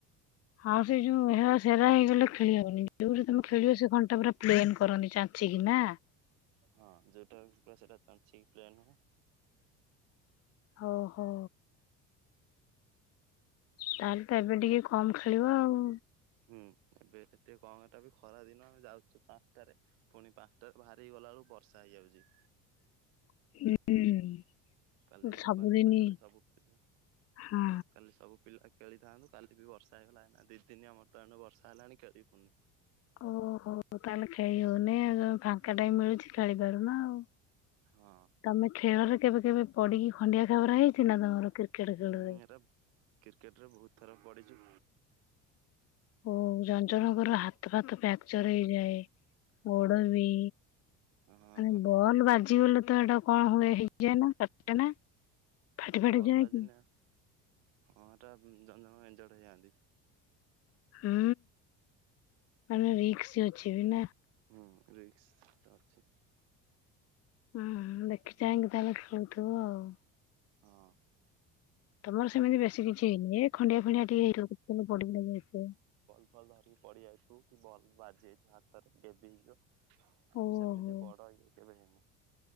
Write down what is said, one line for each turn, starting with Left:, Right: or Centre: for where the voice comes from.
Left: ଆଉ ସେଇ ଯୋଉ ହେରା ସେରା ହେଇଗଲେ ଖେଳି ହବନି ଯୋଉଠି ତମେ ଖେଳିବ
Right: ହୁଁ
Left: ସେ ଖଣ୍ଡ ଟା ପୁରା ପ୍ଲେନ୍ କରନ୍ତି ଛାଞ୍ଚିକି ନା?
Right: ହଁ ଯୋଉଟା ପୁରା ସେଟା ଚାଞ୍ଚିକି ପ୍ଲେନ ହୁଏ।
Left: ଓ ହୋ। ତାହେଲେ ତ ଏବେ ଟିକେ କମ ଖେଳିବ ଆଉ।
Right: ହୁଁ ଏବେ <unintelligible> ଖରା ଦିନ ଆମେ ଯାଉଛୁ ପାଞ୍ଚଟାରେ। ପୁଣି ପାଞ୍ଚଟାରୁ ବାହାରିକି ଗଲାବେଳୁକୁ ବର୍ଷା ହେଇଯାଉଚି।
Left: ହୁଁ।
Right: କାଲି ରବିବାର
Left: ସବୁଦିନି
Right: ଥିଲା କାଲି ସବୁ ପିଲା
Left: ହଁ।
Right: କାଲି ସବୁ ପିଲା ଖେଳିଥାନ୍ତୁ କାଲି ବି ବର୍ଷା ହେଇଗଲା ଏନା ଦି ଦିନ ଆମର ତ ଆଣୁ ବର୍ଷା ହେଲାଣି ଖେଳିିବୁନି।
Left: ଓହୋ ତାହେଲେ ଖେଳି ହଉନି ଆଉ ଯୋଉ ଫାଙ୍କା ଟାଇମ ମିଳୁଛି ଖେଳିପାରୁନ ଆଉ।
Right: ହଁ।
Left: ତମେ ଖେଳରେ କେବେ କେବେ ପଡିକି ଖଣ୍ଡିଆ ଖାବରା ହେଇଚି ନା ତମର? କ୍ରିକେଟ
Right: ହଁ
Left: ଖେଳରେ?
Right: ଏରା କ୍ରିକେଟ ରେ ବହୁତ ଥର ପଡିଚୁ।
Left: ଓ ଜଣ ଜଣଙ୍କର ହାତ ଫାତ ଫାକ୍ଚର ହେଇଯାଏ ଗୋଡ ବି।
Right: ହଁ
Left: ମାନେ
Right: ହଁ
Left: ବଲ ବାଜିଗଲେ ତ ଏଟା କଣ ହୁଏ ହେଇଯାଏ ନା କାଟେ ନା? ଫାଟି ଫାଟି
Right: ବଲ୍
Left: ଯାଏ
Right: ବାଜିଲେ
Left: କି?
Right: ହଁ ହେଟା ଜଣେ ଜଣେ ଇଞ୍ଜୋଡ଼ ହେଇଯାଆନ୍ତି।
Left: ହୁଁ ମାନେ ରିକ୍ସ ଅଛି ବି ନା?
Right: ହୁଁ ରିକ୍ସ ଅଛି।
Left: ହୁଁ ଦେଖି ଚାହିଁକି ତାେଲେ ଖଳଥିବୁ ଆଉ।
Right: ହଁ।
Left: ତମର ସେମତି ବେଶୀ କିଛି ହେଇନି ଏ ଖଣ୍ଡିଆ ଫଣ୍ଡିଆ ଟିକେ ହେଇ <inaudible> ପଡି ପୁଡା ଯାଇଥିବ।
Right: ବଲ ଧରିକି ପଡି ଯାଇଥିବ କି ବଲ ବାଜି ଯାଇଥିବ ହାତରେ ଗେବି ହେଇଯିବ। ଆଉ
Left: ଓହୋ
Right: ସେମିତି ବଡ ଇଏ କେବେ ହେଇନି।